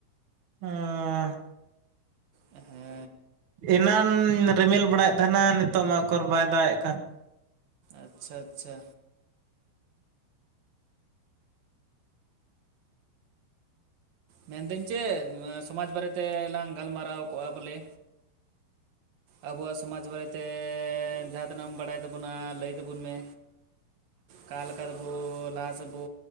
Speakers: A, on the right; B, on the right.
A: <unintelligible>
B: ᱦᱮᱸ
A: ᱮᱱᱟᱱ ᱨᱤᱢᱤᱞ ᱵᱟᱲᱟᱭᱮᱫ ᱛᱟᱦᱮᱱᱟ ᱱᱤᱛᱚᱜ ᱢᱟ ᱚᱠᱚᱨ ᱵᱟᱭ ᱫᱟᱜᱮᱫ ᱠᱟᱱ᱾
B: ᱟᱪᱪᱷᱟ ᱟᱪᱪᱷᱟ᱾ ᱢᱮᱱᱫᱟᱹᱧ ᱪᱮᱫ, ᱥᱚᱢᱟᱡᱽ ᱵᱟᱨᱮᱛᱮᱞᱟᱝ ᱜᱟᱞᱢᱟᱨᱟᱣ ᱠᱚᱜᱼᱟ ᱵᱚᱞᱮ ᱟᱵᱚᱣᱟᱜ ᱥᱚᱢᱟᱡᱽ ᱵᱟᱨᱮᱛᱮ ᱡᱟᱦᱟᱸ ᱛᱤᱱᱟᱹᱜ ᱮᱢ ᱵᱟᱲᱟᱭ ᱛᱟᱵᱚᱱᱟ ᱞᱟᱹᱭ <unintelligible> ᱢᱮ <unintelligible> ᱞᱟᱦᱟᱥᱮᱫ ᱵᱚ